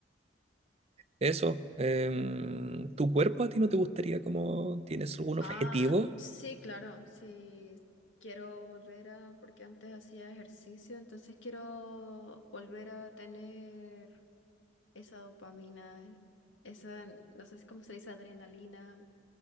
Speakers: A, on the right (about 30°); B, on the left (about 80°).
A: Eso, em, ¿tu cuerpo a ti no te gustaría como tienes algún objetivo?
B: Ah, sí, claro, sí. Quiero volver a, porque antes hacía ejercicio, entonces quiero volver a tener esa dopamina, esa, no sé cómo se dice, adrenalina